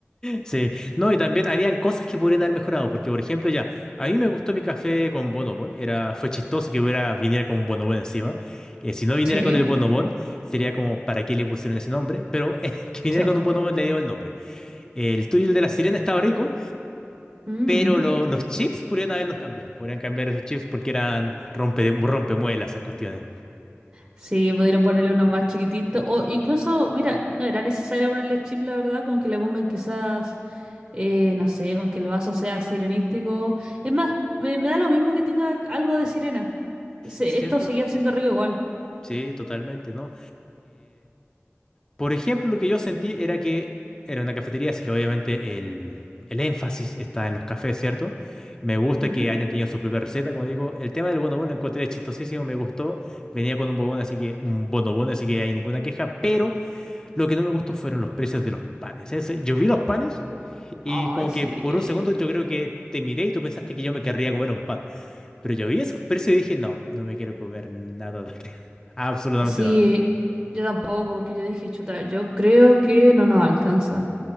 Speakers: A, on the left; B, on the right.
A: Sí, no, y también habían cosas que podrían haber mejorado, porque por ejemplo ya, a mí me gustó mi café con bonobón, era, fue chistoso que hubiera, viniera con bonobón encima, eh, si no viniera
B: Sí,
A: con el bonobón, sería como, ¿para qué le pusieron ese nombre? Pero eh, <laughs> que viniera
B: sí.
A: con un bonobón le dio el nombre. el tuyo, el de la sirena, estaba rico,
B: Mm.
A: pero lo- los chips podrían haberlos cambiado, podrían cambiar esos chips porque eran rompe, rompemuelas esas cuestiones,
B: Sí, pudieron ponerle uno más chiquitito. O incluso, mira, no era necesario ponerle chip, la verdad, con que le pongan quizás, eh, no sé, con que el vaso sea sirenístico. Es más, me, me da lo mismo que tenga algo de sirena. Se-
A: ¿cierto?
B: esto seguía siendo rico igual.
A: Sí, totalmente, ¿no? Por ejemplo, lo que yo sentí era que era una cafetería, así que obviamente el, el énfasis está en los cafés, ¿cierto? Me gusta
B: Ujú.
A: que hayan tenido su propia receta, como digo. El tema del bonobón lo encontré chistosísimo, me gustó. Venía con un bobón, así que un bonobón, así que hay ninguna queja. Pero lo que no me gustó fueron los precios de los panes. Ese- yo vi los panes y
B: Ay,
A: como
B: sí.
A: que por un segundo yo creo que te miré y tú pensaste que yo me querría comer un pan. Pero yo vi esos precios y dije, no, no me quiero comer nada de acá. <laughs> Absolutamente
B: Sí,
A: nada.
B: yo tampoco, porque yo dije, chuta, yo creo que no nos alcanza,